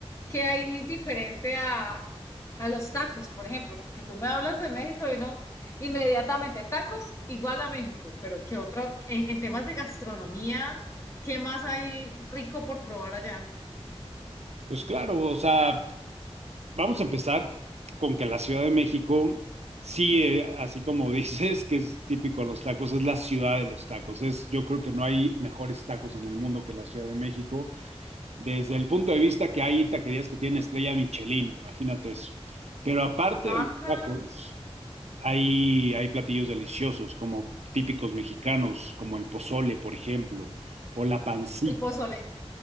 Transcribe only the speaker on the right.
Pues claro, o sea, vamos a empezar con que la Ciudad de México, sí, eh, así como <laughs> dices, que es típico de los tacos, es la ciudad de los tacos. Es, yo creo que no hay mejores tacos en el mundo que la Ciudad de México. desde el punto de vista que hay taquerías que tienen estrella Michelin, imagínate eso. Pero aparte
de los
tacos, hay, hay platillos deliciosos, como típicos mexicanos, como el pozole, por ejemplo, o la pancita.